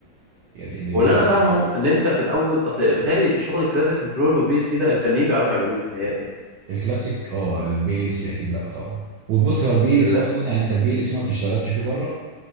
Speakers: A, on the right (about 75°); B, on the right (about 40°).
A: يعني اللي
B: واللي
A: بيعلى
B: انا فاهمه ان انت في الاول اصل بالتالي شغل الكلاسيك كنترول والبي ال سي ده الفنيين بيعرفوا يعملوه بتهيألي يعني.
A: الكلاسيك اه البي ال سي اكيد لا طبعا وبص هو البي
B: ال-
A: ال سي اصلا يعني انت البي ال سي ما بتشتغلش فيه بره